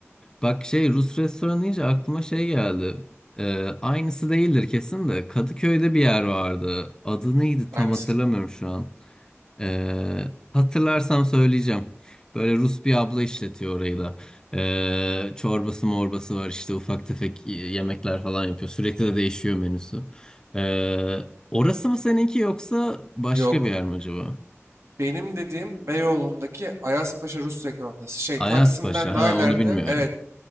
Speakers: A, on the left (about 15°); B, on the right (about 70°).
A: Bak şey Rus restoranı deyince aklıma şey geldi. E, aynısı değildir kesin de Kadıköy'de bir yer vardı. Adı neydi
B: Aynısı
A: tam hatırlamıyorum
B: değil.
A: şu an. Ee, hatırlarsam söyleyeceğim. Böyle Rus bir abla işletiyor orayı da. Ee, çorbası morbası var işte ufak tefek yemekler falan yapıyor. Sürekli de değişiyor menüsü. Ee, orası mı seninki yoksa başka
B: Yok.
A: bir yer mi acaba?
B: Benim dediğim Beyoğlu'ndaki Ayazpaşa Rus lokantası. Şey
A: Ayazpaşa
B: Taksim'den daha
A: ha
B: ileride.
A: onu bilmiyorum.
B: Evet.